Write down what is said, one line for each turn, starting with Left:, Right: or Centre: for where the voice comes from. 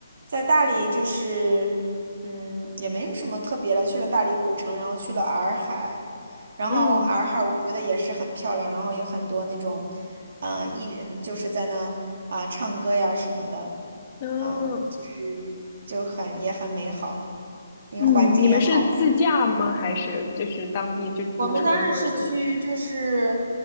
Right: 在大理就是，嗯，也没有什么特别了，去了大理古城，然后去了洱海，然后洱海我觉得也是很漂亮，
Left: 嗯
Right: 然后有很多那种，嗯、艺人就是在那啊、唱歌呀什么的，
Left: 哦
Right: 嗯、就是就很也很美好，那个环境也好。
Left: 嗯，你们是自驾吗？还是就是当地就租车或者怎么？
Right: 我们当时是去，就是，